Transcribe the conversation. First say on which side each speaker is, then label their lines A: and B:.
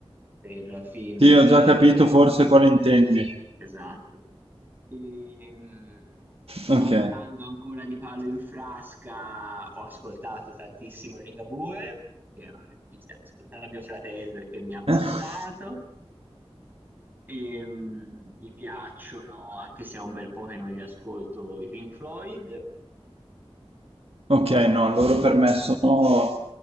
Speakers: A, on the right; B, on the right.
A: per film,
B: Sì,
A: serie,
B: ho già capito forse quale intendi.
A: esatto. E, mh,
B: Ok.
A: saltando ancora di palo in frasca, ho ascoltato tantissimo Ligabue, che è un artista che ho ascoltato a mio fratello e che mi ha passato.
B: Eh?
A: E, mm, mi piacciono, anche se è un bel po' che non li ascolto, i Pink Floyd.
B: Ok, no, loro
A: Floyd.
B: per me sono,